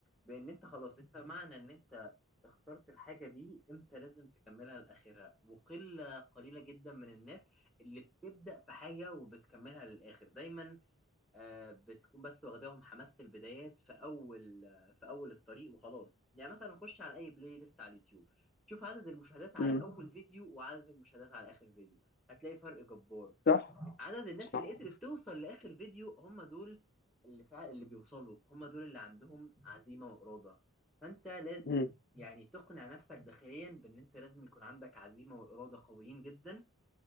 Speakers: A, in the centre; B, on the left (about 45°).
A: بان انت خلاص انت معنى ان انت اخترت الحاجة دي انت لازم تكملها لاخرها وقلة قليلة جدا من الناس اللي بتبدأ في حاجة وبتكملها للاخر دايما آه، بتكون بس واخداهم حماس البدايات في اول آه، في اول الطريق وخلاص يعني مثلا خش على اي بلاي ليست على اليوتيوب شوف عدد المشاهدات على
B: مم.
A: اول فيديو وعدد المشاهدات على اخر فيديو هتلاقي فرق جبار
B: صح
A: عدد الناس
B: صح
A: اللي قدرت توصل لاخر فيديو هم دول اللي فعلا اللي بيوصلوا هم دول اللي عندهم عزيمة وإرادة فانت لازم
B: مم.
A: يعني تقنع نفسك داخليا بان انت لازم يكون عندك عزيمة وإرادة قويين جدا